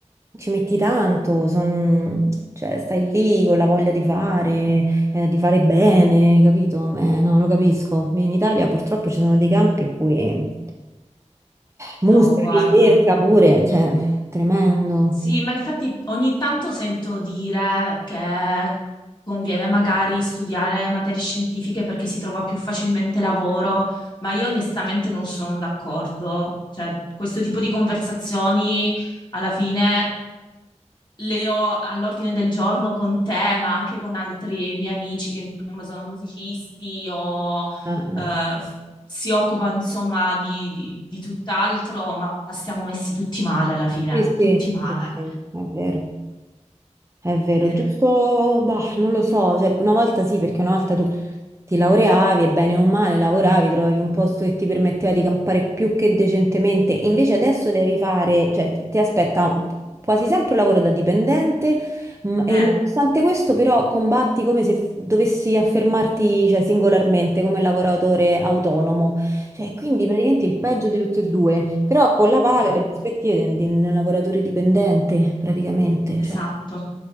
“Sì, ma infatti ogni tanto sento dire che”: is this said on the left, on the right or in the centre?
Left